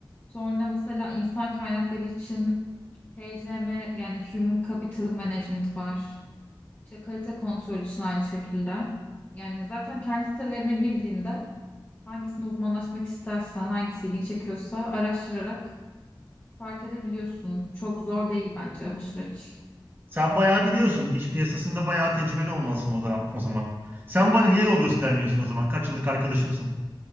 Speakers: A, on the left; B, on the right.
A: sonra mesela insan kaynakları için HCM yani Human Capital Management var işte kalite kontrol için aynı şekilde yani zaten kendi sitelerine girdiğinde hangisine uzmanlaşmak istersen hangisi ilgini çekiyorsa araştırarak Fark edebiliyorsun. Çok zor değil bence bu süreç.
B: Sen bayağı biliyorsun. iş piyasasında bayağı tecrübeli olmalısın o zaman. O zaman. Sen bana niye yol göstermiyorsun o zaman? Kaç yıllık arkadaşımsın?